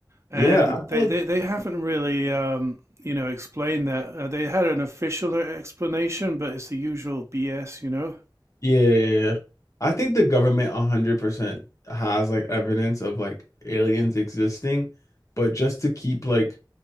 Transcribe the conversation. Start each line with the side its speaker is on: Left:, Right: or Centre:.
Right: And
Left: Yeah, I feel
Right: they,
Left: like
Right: they, they haven't really, um, you know, explained that. Uh, they had an official explanation, but it's the usual BS, you know?
Left: yeah, yeah. yeah. I think the government 100% has like evidence of like aliens existing, but just to keep like